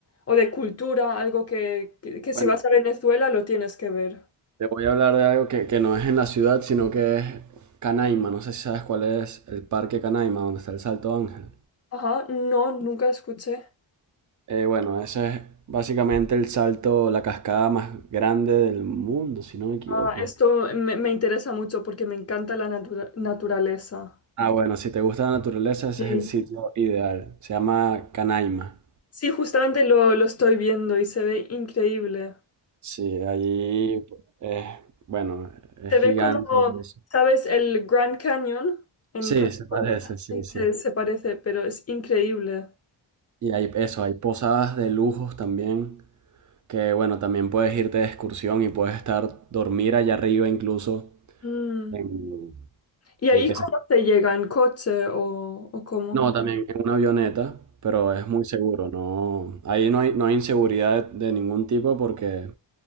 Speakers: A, on the left; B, on the right.
A: o de cultura, algo que, que, que si
B: Bueno,
A: vas a Venezuela lo tienes que ver.
B: te voy a hablar de algo que, que no es en la ciudad, sino que es Canaima. No sé si sabes cuál es el parque Canaima, donde está el Salto Ángel.
A: Ajá, no, nunca escuché.
B: Eh, bueno, ese es básicamente el salto, la cascada más grande del mundo, si no me equivoco.
A: Ah, esto me, me interesa mucho porque me encanta la natura- naturaleza.
B: Ah, bueno, si te gusta la naturaleza, ese
A: Sí.
B: es el sitio ideal. Se llama Canaima.
A: Sí, justamente lo, lo estoy viendo y se ve increíble.
B: Sí, allí es, bueno, es
A: Se ve
B: gigante
A: como,
B: eso.
A: ¿sabes? El Grand Canyon en
B: Sí,
A: California.
B: se parece, sí,
A: Sí,
B: sí.
A: se, se parece, pero es increíble.
B: Y hay eso, hay posadas de lujos también, que bueno, también puedes irte de excursión y puedes estar, dormir allá arriba incluso,
A: Mm.
B: en,
A: ¿Y ahí
B: eh, que
A: cómo
B: se
A: se llega? ¿En coche o, o cómo?
B: No, también en una avioneta, pero es muy seguro, no, ahí no hay, no hay inseguridad de, de ningún tipo porque